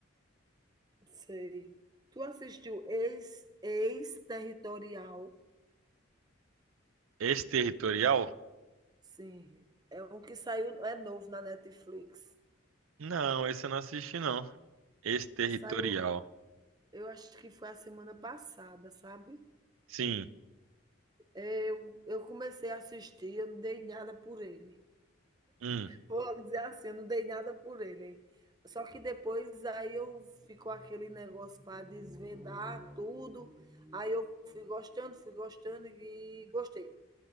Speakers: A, on the right; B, on the right.
A: Sei. Tu assistiu Ex, Ex-Territorial?
B: Exterritorial?
A: Sim. É um que saiu, é novo na Netflix.
B: Não, esse eu não assisti, não. Exterritorial.
A: Saiu, eu acho que foi a semana passada, sabe?
B: Sim,
A: Eu, eu comecei a assistir, eu não dei nada por ele.
B: hum,
A: Vou dizer assim, eu não dei nada por ele. Só que depois aí eu ficou aquele negócio para desvendar tudo. Aí eu fui gostando, fui gostando e gostei.